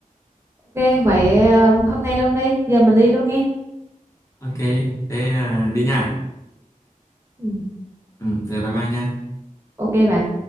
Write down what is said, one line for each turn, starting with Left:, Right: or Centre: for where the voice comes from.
Right: Ok vậy um, hôm nay luôn đi. Giờ mình đi luôn nghe.
Left: ok thế à, đi nha
Right: Ừ.
Left: ừ, rồi bye bye nha
Right: Ok bạn.